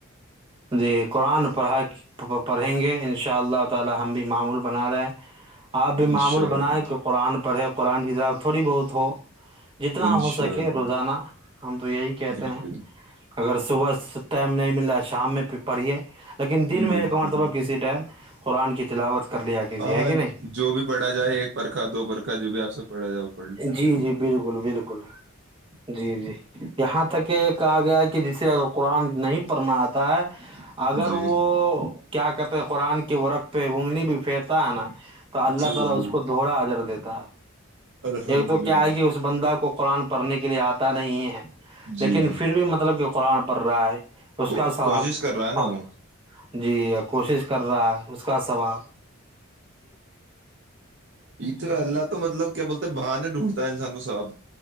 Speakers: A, on the right; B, on the right.
A: جی قرآن پڑھا پڑھیں گے ان شاء اللہ تعالی ہم بھی معمول بنا رہے ہیں آپ بھی
B: انشاء
A: معمول بنائیں
B: اللہ
A: کہ قرآن پڑھے قرآن کتاب تھوڑی بہت ہو جتنا
B: انشاء
A: ہو سکے
B: اللہ
A: روزانہ ہم تو یہی کہتے
B: بالکل
A: ہیں اگر صبح ٹائم نہیں ملا شام میں پھر پڑھیے
B: بالکل
A: ایک مرتبہ
B: بالکل
A: کسی ٹائم قرآن کی تلاوت کر لیا کیجیے
B: ہاں
A: ہے کہ نہیں
B: جو بھی پڑا جائے ایک پرکھا دو پرکھا جو بھی آپ سے پڑھا جائے وہ پڑھ لے
A: جی جی بالکل بالکل جی جی یہ یہاں تک کہ کہا گیا ہے کہ جسے اگر قرآن نہیں پڑھنا آتا ہے اگر
B: جی
A: وہ کیا کہتے قرآن کے ورق پہ ووننگنی بھی پھیرتا ہے نا کہا اللہ
B: جی
A: تعالی
B: جی
A: اس کو دہرا اجر کا
B: الحمد
A: ایک تو
B: للہ
A: کیا ہے کہ اس بندہ کو قرآن پڑھنے کے لیے آتا نہیں ہے لیکن
B: جی
A: پھر بھی مطلب قرآن پر رائے اس
B: کو
A: کا سواب
B: کوشش کر رہا ہے نا
A: ہ
B: وہ
A: جی کوشش کر رہا ہے کا سواب
B: یہ تو اللہ تو مطلب کیا بولتے باہر ڈھونڈتا ہے انسان کو صاف